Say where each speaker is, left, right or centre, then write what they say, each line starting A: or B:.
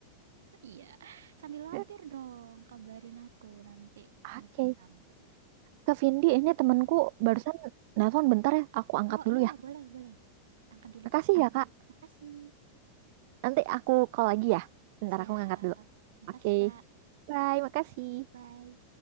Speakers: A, on the right (about 85°); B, on the right (about 55°).
A: Iya, sambil lampir
B: mm
A: dong, kabarin aku nanti
B: Oke.
A: aku sambut.
B: Ke Vindi, ini temanku
A: Mm-mm.
B: barusan nelpon bentar ya. Aku angkat
A: Oh
B: dulu
A: iya,
B: ya.
A: boleh, boleh. Angkat dulu,
B: Makasih
A: Kak.
B: ya, Kak.
A: Makasih.
B: Nanti aku call lagi ya. Bentar
A: Siap.
B: aku ngangkat dulu.
A: Makasih,
B: Oke.
A: Kak.
B: Bye, makasih.
A: Bye.